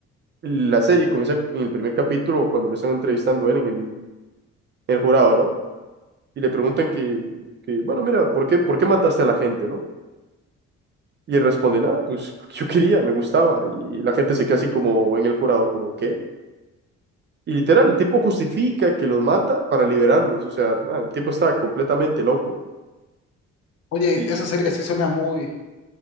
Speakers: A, on the right (about 35°); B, on the left (about 55°).
A: la serie comienza en el primer capítulo cuando lo están entrevistando a él en el, en el jurado, ¿no? Y le preguntan que, que, bueno, mira, ¿por qué, por qué mataste a la gente, no? Y él responde, nada, pues <laughs> porque yo quería, me gustaba. Y, y la gente se queda así como en el jurado, como, ¿qué? Y literal, el tipo justifica que los mata para liberarlos. O sea, nada, el tipo está completamente loco.
B: Oye,
A: Y
B: esa serie sí suena muy...